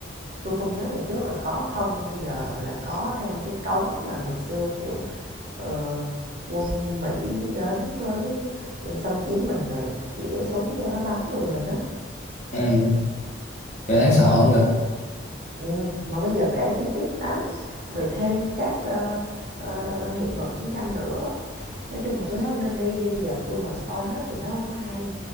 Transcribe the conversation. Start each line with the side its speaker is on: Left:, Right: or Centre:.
Right: tôi không nhớ ngày trước là có không nhưng bây giờ là có thêm cái cống mà ngày xưa kiểu ờ, quân Mỹ đến với xâm chiếm mình rồi chĩa súng vô đó bắn người mình á
Left: Ừ. Giờ đáng
Right: ừ.
Left: sợ giờ,
Right: Ừ. mà bây giờ kể chi tiết lắm rồi thêm các ờ, ờ, hiện vật chiến tranh nữa nói chung là tôi thấy ông nên đi đi bây giờ tôi mà spoil hết thì nó không có hay